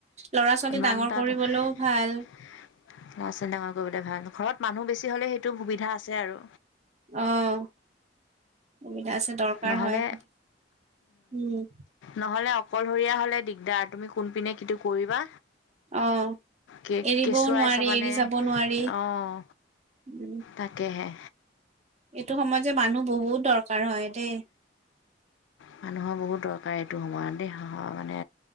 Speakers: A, on the right (about 40°); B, on the left (about 90°).
A: লৰা ছোৱালী
B: ইমান
A: ডাঙৰ
B: তাত
A: কৰিবলৈও ভাল।
B: ল'ৰা ছোৱালী ডাঙৰ কৰিবলে ভাল ঘৰত মানুহ বেছি হলে সেইটো সুবিধা আছে আৰু।
A: অঁ, সুবিধা আছে দৰকাৰ
B: নহ'লে
A: হয়। উম
B: নহলে অকলশৰীয়া হলে দিগদাৰ, তুমি কোনপিনে কিটো কৰিবা।
A: অ
B: কে
A: এৰিবও
B: কেঁচুৱাই
A: নোৱাৰি
B: চাবানে
A: এৰি যাব নোৱাৰি
B: অঁহ।
A: উম
B: তাকেহে।
A: এইটো সময়ত যে মানুহ বহুত দৰকাৰ হয় দেই।
B: মানুহৰ বহুত দৰকাৰ এইটো সময়ত দেই সাহসৰ মানে